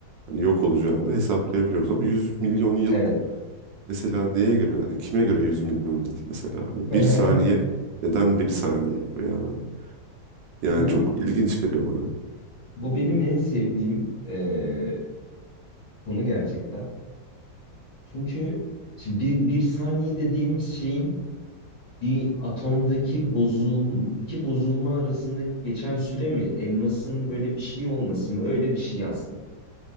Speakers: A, on the right; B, on the left.
A: hani yok olacağını hesaplayabiliyoruz ama 100 milyon yıl
B: Evet.
A: Mesela neye göre hani kime göre 100 milyon yıl mesela hani
B: <laughs>
A: bir saniye neden bir saniye ya
B: Bu
A: yani çok ilginç geliyor bana.
B: bu benim en sevdiğim eee, konu gerçekten. Çünkü şimdi bir, bir saniye dediğimiz şeyin bir atomdaki bozul iki bozulma arasındaki geçen süre mi, elmasın böyle bir şey olması mı, öyle bir şey aslında.